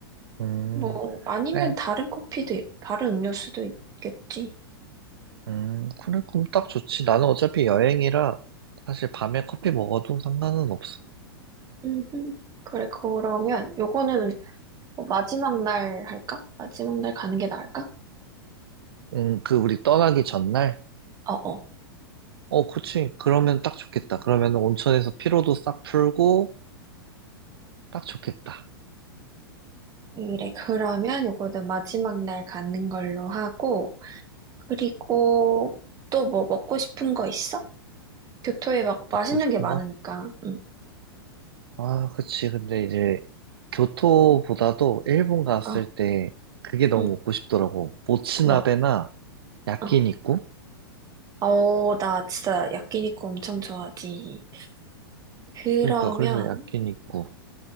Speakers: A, on the right; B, on the right.
A: 음,
B: 뭐, 아니면
A: 그래.
B: 다른 커피도, 있- 다른 음료수도 있겠지.
A: 음, 그래, 그럼 딱 좋지. 나는 어차피 여행이라 사실 밤에 커피 먹어도 상관은 없어.
B: 음, 그래, 그러면 요거는 뭐 마지막 날 할까? 마지막 날 가는 게 나을까?
A: 음, 그 우리 떠나기 전날?
B: 어어.
A: 어, 그치. 그러면 딱 좋겠다. 그러면 온천에서 피로도 싹 풀고, 딱 좋겠다.
B: 그래, 그러면 요거는 마지막 날 가는 걸로 하고, 그리고 또 뭐 먹고 싶은 거 있어? 교토에 막 맛있는
A: 먹고 싶은
B: 게 많으니까.
A: 거?
B: 응.
A: 아, 그치. 근데 이제, 교토보다도 일본 갔을
B: 어,
A: 때, 그게 너무
B: 응.
A: 먹고 싶더라고. 모츠나베나
B: 뭐.
A: 야끼니쿠?
B: 어. 어, 나 진짜 야끼니쿠 엄청 좋아하지. 그러면
A: 그러니까, 그래서 야끼니쿠.